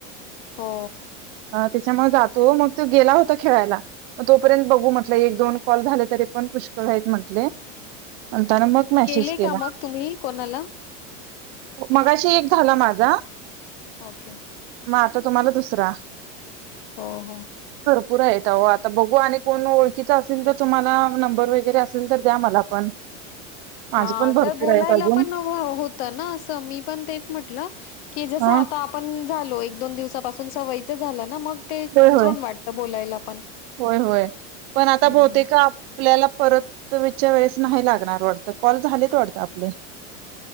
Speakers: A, on the left (about 60°); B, on the right (about 55°).
A: हो
B: त्याच्यामुळे जातो मग तो गेला होता खेळायला मग तोपर्यंत बघू म्हटलं एक दोन कॉल झाले तरी पण पुष्कळहत म्हटले म्हणताना मग मेसेज
A: केले
B: केला
A: का मग तुम्ही कोणाला
B: मगाशी एक झाला माझा
A: ओके
B: म आता तुम्हाला दुसरा
A: हो हो
B: पुरा येत आता बघू आणि कोण ओळखीचा असेल तर तुम्हाला नंबर वगैरे असेल तर द्या मला पण माझे
A: हा
B: पण भरपूर
A: तर बोलायला
B: आहेत अजून
A: पण होत <unintelligible> ना असं मी पण तेच म्हटलं की जसं
B: हा
A: आता आपण झालो एक दोन दिवसापासून सवयचं झालं ना मग ते
B: होय होय
A: छान वाटतं बोलायला पण
B: होय होय पण आता
A: हम्म
B: बोते का आपल्याला परत विच्या वेळेस नाही लागणार वाटत कॉल झालेत वाटत आपले